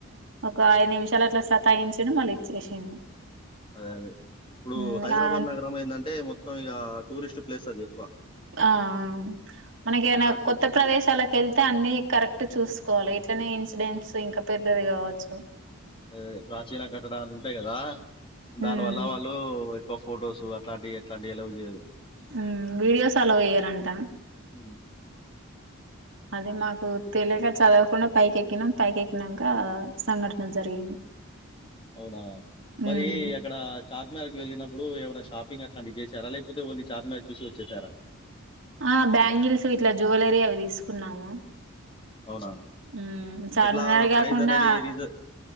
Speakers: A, on the left; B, on the right.
A: హ్మ్.
B: ఒకా ఐదు నిమిషాలట్ల సతాయించిను మళ్ళీ ఇచ్చేసిండు
A: అదే అదే ఇప్పుడు
B: ఉమ్
A: హైదరాబాద్
B: ఆ
A: నగరం ఏందంటే మొత్తం ఇగా టూరిస్ట్ ప్లేసది ఎక్కువ
B: ఆ ఆ మనకేదన్న
A: ప్రాచీ
B: కొత్త ప్రదేశాలకెళ్ తా అన్నీ కరెక్టు చూస్కోవాల ఇట్లనే ఇన్సిడెంట్స్ ఇంకా పెద్దది గావచ్చు
A: అదే ప్రాచీన కట్టడాలు ఉంటాయ్ గదా దాన్
B: ఉమ్
A: వల్లా వాళ్ళ్ లో ఎక్కువ ఫొటోసు అట్లాంటివి ఎట్లా అన్ని ఎలో జేయరు
B: హూ వీడియోస్ అలో ఎయ్యరంటా
A: ఉ
B: అది మాకు తెలియక చదవకుండా పైకెక్కినాం పైకెక్కినాక సంఘటన జరిగింది
A: అవునా మరి
B: ఉమ్
A: అక్కడ చార్మేరకు వెళ్ళినప్పుడు ఏమైనా షాపింగ్ అట్లాంటి చేసారా లేకపోతే ఓన్లీ చార్మ చూసి వచ్చేశారా
B: ఆ బ్యాంగిల్స్ ఇట్ల జ్యువెలరీ అవి తీసుకున్నాము
A: అవునా
B: ఉమ్ చార్మినార్
A: ఎట్లా ప్రైజ్
B: కాకుండా
A: అనేది రీజ